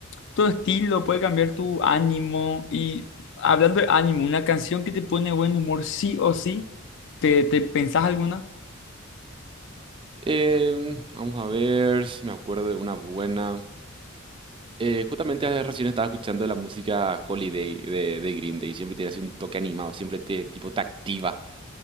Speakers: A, on the left (about 60°); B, on the right (about 25°).
A: tu estilo, puede cambiar tu ánimo. Y hablando de ánimo, una canción que te pone buen humor, sí o sí, ¿te, te pensás alguna?
B: Em, vamos a ver si me acuerdo de una buena. Eh, justamente eh, recién estaba escuchando la música Holiday de, de Green Day. Siempre tiene así un toque animado, siempre te, tipo, te activa.